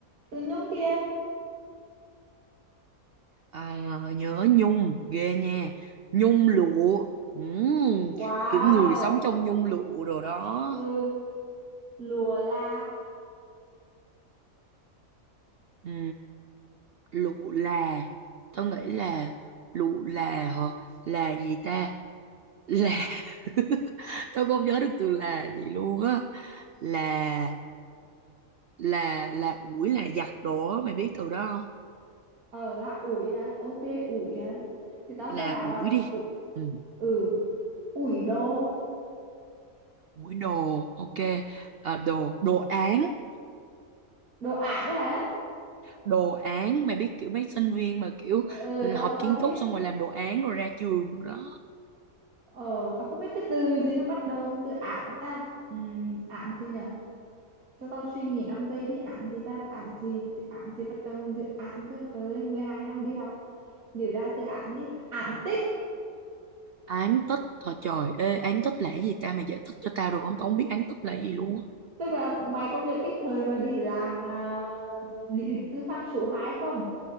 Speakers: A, on the right; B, on the right.
A: từ nhung kia
B: à, nhớ nhung ghê nha nhung lụa ừ.
A: wow
B: kiểu người sống trong nhung lụa đồ đó
A: ừ lùa la
B: ừ. lụa là tao nghĩ là lụ là hả là gì ta là <laughs> tao không nhớ được từ là gì luôn á là là là ủi là giặt đồ á mày biết từ đó không
A: ờ là ủi hả ok ủi hả thì tao
B: là
A: sẽ bảo là
B: ủi đi
A: ủi,
B: ừ.
A: ừ ủi đồ
B: Mũi đồ, ok. À, đồ, đồ án,
A: đồ ản đấy hả
B: đồ án. Mày biết kiểu mấy sinh viên mà kiểu
A: ừ tao
B: học
A: tao
B: kiến
A: biết
B: trúc xong rồi làm đồ án rồi ra trường rồi đó.
A: ờ tao không biết cái từ gì nó bắt đầu bằng từ ản ta Ừm, ản gì nhở cho tao suy nghĩ 5 giây đi ản gì ta ản gì ản gì bắt đầu bằng từ ản cơ trời ơi 12 năm đi học nhớ ra từ ản đi ản tích
B: Án tích, thôi trời, ê, án tích là cái gì ta? Mày giải thích cho tao được không? Tao không biết án tích là cái gì luôn á.
A: tức là mày có nhớ cái thời mà đi làm mà lý lịch tư pháp số 2 không